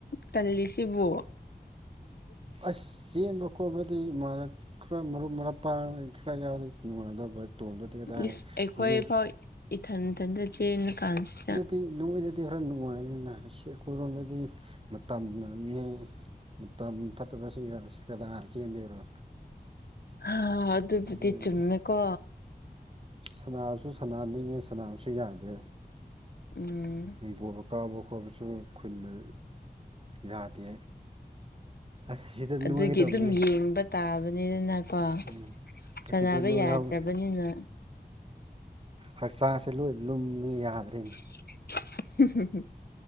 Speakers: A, on the left (about 70°); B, on the right (about 35°).
A: ꯇꯜꯂꯤꯁꯤꯕꯨ
B: ꯑꯁ ꯆꯦꯟꯕ ꯈꯣꯠꯄꯗꯤ ꯃꯅ ꯈꯔ ꯃꯔꯨꯞ ꯃꯔꯥꯡ ꯄꯥꯡ ꯈꯔ ꯌꯥꯎꯔ ꯅꯨꯡꯉꯥꯏꯗꯕ ꯇꯣꯡꯕꯗꯤꯒꯦ ꯇ
A: ꯏꯁ ꯑꯩꯈꯣꯏ
B: ꯍꯧꯖꯤꯛ
A: ꯐꯥꯎ ꯏꯊꯟ ꯏꯊꯟꯇ ꯆꯦꯟꯂ ꯀꯥꯟꯁꯤꯗ
B: ꯁꯤ ꯅꯣꯏꯗꯗꯤ ꯈꯔ ꯅꯨꯡꯉꯥꯏꯅꯤꯅ ꯑꯁꯤ ꯑꯩꯈꯣꯏꯔꯣꯝꯗꯗꯤ ꯃꯇꯝꯅꯦ ꯃꯇꯝ ꯐꯠꯇꯕ ꯁꯤꯒ ꯈ ꯂ ꯆꯦꯟꯗꯔꯣ
A: ꯍꯥ ꯑꯗꯨ ꯑꯗꯨꯕꯨꯗꯤ
B: ꯑꯗꯨꯒꯤꯅꯤꯗ
A: ꯆꯨꯝꯃꯦ ꯀꯣ
B: ꯁꯅꯥꯁꯨ ꯁꯅꯥ ꯅꯤꯡꯉꯦ ꯁꯅꯥꯕꯁꯨ ꯌꯥꯗꯦ
A: ꯎꯝ
B: ꯈꯣꯡꯄꯣꯏꯕ ꯀꯥꯕ ꯈꯣꯠꯄꯁꯨ ꯈꯨꯟꯅ ꯌꯥꯗꯦ ꯑꯁ ꯁꯤꯗ ꯅꯣꯏꯒꯗꯕꯅꯦ
A: ꯑꯗꯨꯒꯤ ꯑꯗꯨꯝ ꯌꯦꯡꯕ ꯇꯥꯕꯅꯤꯗꯅꯀꯣ
B: ꯎꯝ
A: ꯁꯥꯟꯅꯕ
B: ꯑꯁꯤꯗ ꯅꯣꯏꯍꯥꯎ
A: ꯌꯥꯗ꯭ꯔꯕꯅꯤꯅ
B: ꯍꯛꯆꯥꯡꯁꯦ ꯂꯣꯏ ꯂꯨꯝꯃꯤ ꯌꯥꯗ꯭ꯔꯔꯤꯅꯦ
A: <unintelligible> <unintelligible>